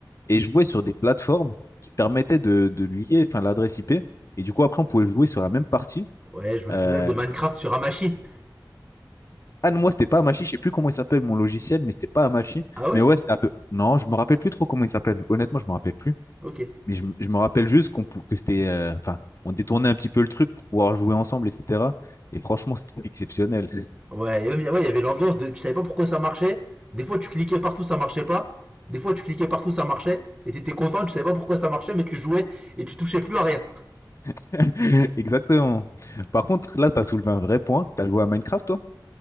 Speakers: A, on the left; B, on the right.
A: Et jouer sur des plateformes qui permettaient de, de lier enfin, l'adresse IP. Et du coup, après, on pouvait jouer sur la même partie.
B: Ouais, je me
A: Euh,
B: souviens de Minecraft sur Hamachi.
A: ah non, moi, c'était pas Amachi. Je sais plus comment il s'appelle mon logiciel, mais c'était pas Amachi.
B: Ah ouais
A: Mais ouais, c'était un peu. Non, je me rappelle plus trop comment il s'appelle. Honnêtement, je me rappelle plus.
B: Ok.
A: mais je, m- je me rappelle juste qu'on pou- que c'était, euh, enfin, on détournait un petit peu le truc pour pouvoir jouer ensemble, etc. Et franchement, c'était exceptionnel.
B: Ouais, et, euh, ouais, il y avait l'ambiance de. Tu savais pas pourquoi ça marchait. Des fois, tu cliquais partout, ça marchait pas. Des fois, tu cliquais partout, ça marchait. Et t'étais content, tu savais pas pourquoi ça marchait, mais tu jouais et tu touchais plus à rien.
A: <laughs> Exactement. Par contre, là, tu as soulevé un vrai point. Tu as joué à Minecraft, toi?